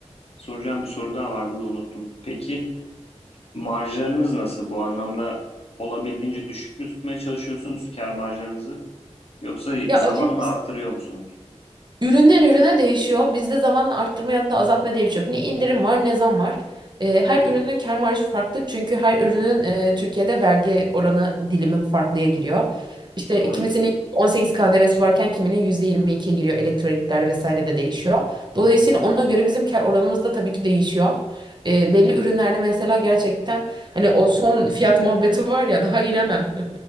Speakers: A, on the left; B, on the right.
A: soracağım bir soru daha vardı da unuttum. Peki marjlarınız nasıl? Bu anlamda olabildiğince düşük mü tutmaya çalışıyorsunuz kâr marjlarınızı? Yoksa
B: Ya
A: zamanla
B: açıkçası
A: arttırıyor musunuz?
B: Üründen ürüne değişiyor. Bizde zamanla arttırma ya da azaltma diye bir şey yok. Ne indirim var ne zam var. Ee, her ürünün kâr marjı farklı. Çünkü her ürünün e, Türkiye'de vergi oranı dilimi farklıya giriyor. İşte
A: Doğru.
B: kimisinin 18 KDV'si varken kiminin %22'ye giriyor. Elektroniklerde vesaire de değişiyor. Dolayısıyla ona göre bizim kâr oranımız da tabii ki değişiyor. Ee, belli ürünlerde mesela gerçekten hani o son fiyat muhabbeti var ya daha inemem. <laughs>